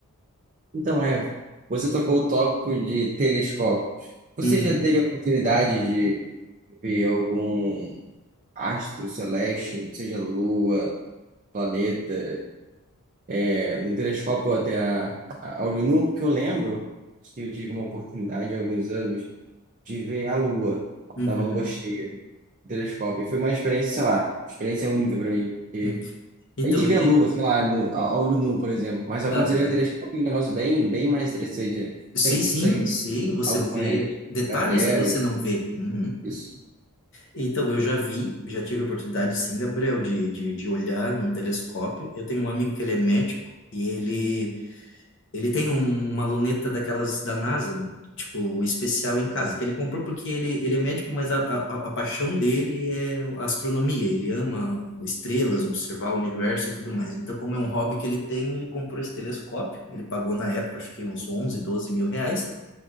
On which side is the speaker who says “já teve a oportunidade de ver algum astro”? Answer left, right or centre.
Right